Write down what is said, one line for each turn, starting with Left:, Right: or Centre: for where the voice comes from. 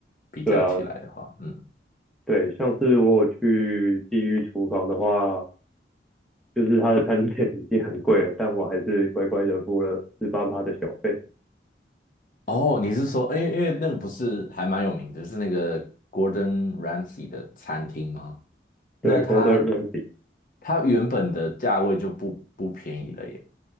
Left: 比较起来的话，
Centre: 对啊，
Left: 嗯。
Centre: 对，像是我有去地狱厨房的话，就是他的餐点已经很贵了，但我还是乖乖的付了四八八的小费。
Left: 哦，你是说，因为因为那个不是还蛮有名的，就是那个 Gordon Ramsay 的餐厅吗？那它
Centre: 对，Golden Ramsy，
Left: 它原本的价位就不不便宜了耶。